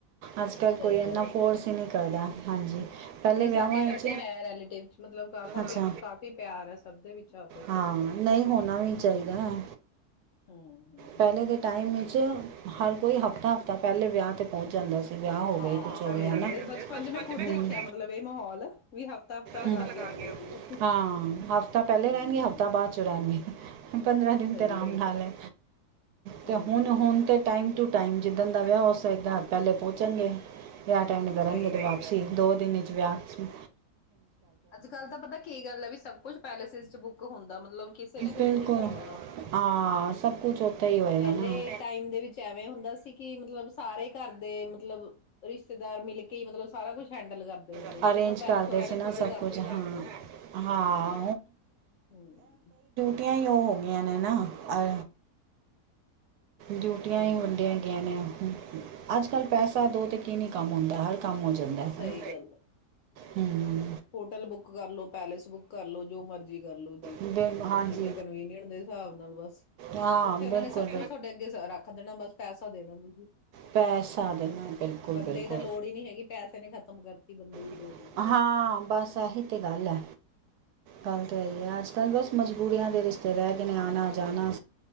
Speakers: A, on the right; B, on the left.
A: ਅੱਜ ਕੱਲ੍ਹ
B: ਸਹੀ
A: ਕੋਈ ਇੰਨਾ
B: ਗੱਲ ਹੈ।
A: ਫੋਰਸ ਈ ਨੀ ਕਰਦਾ। ਹਾਂਜੀ। ਪਹਿਲੇ
B: ਨਹੀਂ
A: ਵਿਆਹਾਂ
B: ਸਾਡੇ ਵੈਸੇ
A: ਵਿੱਚ
B: ਹੈ ਰੈਲੇਟਿਵ ਚ, ਮਤਲਬ ਕਾਫਾ
A: ਅੱਛਾ।
B: ਕਾਫੀ ਪਿਆਰ ਐ, ਸਭ ਦੇ ਵਿੱਚ ਆਪਸ
A: ਨੂੰ ਹਾਂ ਨਹੀਂ
B: ਚ।
A: ਹੋਣਾ ਵੀ ਚਾਹੀਦਾ ਹੈ
B: ਹਮ ਹਮ।
A: ਪਹਿਲੇ ਦੇ ਟਾਈਮ ਈ ਚ ਹਰ ਕੋਈ ਹਫ਼ਤਾ ਹਫ਼ਤਾ ਪਹਿਲੇ ਵਿਆਹ 'ਤੇ ਪਹੁੰਚ ਜਾਂਦਾ ਸੀ। ਵਿਆਹ ਹੋਵੇ
B: ਹਾਂ
A: ਕੁਛ
B: ਚਲੇ
A: ਹੋਵੇ ਹਨਾ।
B: ਜਾਂਦੇ ਬਚਪਨ ਚ ਮੈਂ ਖੁਦ
A: ਹਮ
B: ਦੇਖਿਆ ਮਤਲਬ ਇਹ ਮਾਹੌਲ ਵੀ ਹਫ਼ਤਾ-ਹਫ਼ਤਾ ਲਗਾ
A: ਹਮ,
B: ਕੇ ਆਉਂਦੇ ਸੀਗੇ।
A: ਹਾਂ ਹਫ਼ਤਾ ਪਹਿਲੇ
B: ਹੂੰ,
A: ਰਹਿਣਗੇ, ਹਫ਼ਤਾ ਬਾਅਦ ਚੋ ਰਹਿਣਗੇ। ਪੰਦਰਾਂ ਦਿਨ
B: ਸਹੀ
A: ਤੇ ਰਾਮ
B: ਗੱਲ
A: ਨਾਲ ਐ।
B: ਹੂੰ,
A: ਤੇ ਹੁਣ ਹੁਣ ਤੇ ਟਾਈਮ ਟ ਟੂ ਟਾਈਮ ਜਿੱਦਣ ਦਾ ਵਿਆਹ ਓਸ ਤੋਂ ਇੱਕ ਰਾਤ ਪਹਿਲੇ ਪਹੁੰਚਣਗੇ‌। ਵਿਆਹ ਅਟੇਂਡ ਕਰਨਗੇ
B: ਸਹੀ
A: ਤੇ
B: ਗੱਲ।
A: ਵਾਪਸੀ। ਦੋ ਦਿਨ ਵਾਪਸੀ।
B: ਅੱਜ ਕਲ ਤਾਂ ਪਤਾ ਕੀ ਗੱਲ ਆ, ਵੀ ਸਭ ਕੁਛ ਪੈਲੇਸਿਸ ਚ ਬੁੱਕ ਹੁੰਦਾ। ਮਤਲਬ ਕਿਸੇ ਨੇ ਕੁਛ
A: ਬਿਲਕੁਲ
B: ਨੀ ਕਰਵਾਣਾ।
A: ਹਾਂ ਸਭ ਕੁਛ ਉੱਥੇ ਹੀ ਹੋਏਗਾ
B: ਪਹਿਲੇ
A: ਨਾ।
B: ਟਾਈਮ ਦੇ ਵਿਚ ਐਵੇਂ ਹੁੰਦਾ ਸੀ, ਕਿ ਮਤਲਬ ਸਾਰੇ ਘਰ ਦੇ ਮਤਲਬ, ਰਿਸ਼ਤੇਦਾਰ ਮਿਲ ਕੇ ਮਤਲਬ ਸਾਰਾ ਕੁਛ ਹੈਂਡਲ ਕਰਦੇ ਹੁੰਦੇ
A: ਕਰ
B: ਸੀ।
A: ਅਰੇਂਜ
B: ਹੁਣ ਉਹ ਪੈਲੇਸ
A: ਕਰਦੇ
B: ਵਾਲੇਆਂ ਨੇ
A: ਸੀ ਨਾ
B: ਖੁਦ ਹੀ
A: ਸਭ
B: ਕਰ
A: ਕੁਝ
B: ਦੇਣਾ
A: ਹਾਂ।
B: ਹੈਂਡਲ।
A: ਹਾਂ
B: ਹਮ।
A: ਟੀਆਂ ਹੀ ਓਹ ਹੋ ਗਈਆਂ ਨੇ ਨਾ। ਅ ਡਿਊਟੀਆਂ
B: ਹਾਂਜੀ
A: ਹੀ ਵੰਡੀਆਂ ਗਈਆਂ ਨੇ ਹੁ ਹਮ ਹਮ। ਅੱਜ ਕੱਲ੍ਹ ਪੈਸਾ ਦੋ ਤੇ ਕੀ ਨੀ ਕੰਮ ਹੁੰਦਾ। ਹਰ ਕੰਮ ਹੋ ਜਾਂਦਾ ਐ,
B: ਸਹੀ
A: ਹਨਾ।
B: ਗੱਲ ਆ।
A: ਹਮ।
B: ਹੋਟਲ ਬੁੱਕ ਕਰਲੋ, ਪੈਲੇਸ ਬੁੱਕ ਕਰਲੋ, ਜੋ ਮਰਜੀ ਕਰਲੋ ਜੀ।
A: ਲੋ ਬਿਲ
B: ਮਤਲਬ
A: ਹਾਂਜੀ
B: ਜਿਵੇਂ ਕਨਵੀਨੀਯਟ ਦੇ ਸਾਬ ਨਾਲ ਬਸ
A: ਹਾਂ
B: ਉੱਥੇ
A: ਬਿਲਕੁਲ
B: ਉਹਨਾ ਨੇ ਸਭ ਕੁਛ ਤੁਹਾਡੇ ਅੱਗੇ ਸ ਰੱਖ ਦੇਣਾ ਬਸ ਪੈਸਾ ਦੇਣਾ ਤੁਹੀ,
A: ਪੈਸਾ ਦੇਣਾ ਬਿਲਕੁਲ
B: ਬੰਦੇ
A: ਬਿਲਕੁਲ
B: ਦੀ ਤਾਂ ਲੋੜ ਹੀ ਨੀ ਹੈਗੀ, ਪੈਸੇ ਨੇ ਖ਼ਤਮ ਕਰਤੀ ਬੰਦੇ ਦੀ
A: ਕੀ
B: ਲੋੜ ਵੀ।
A: ਹਾਂ ਬਸ ਏਹੀ ਤਾਂ ਗੱਲ ਐ। ਗੱਲ ਤਾਂ ਏਹੀ ਆ। ਅਜ ਕੱਲ ਬਸ ਮਜ਼ਬੂਰੀਆਂ ਦੇ ਰਿਸ਼ਤੇਦਾਰ ਦੇ ਨੇ। ਆਣਾ ਜਾਣਾ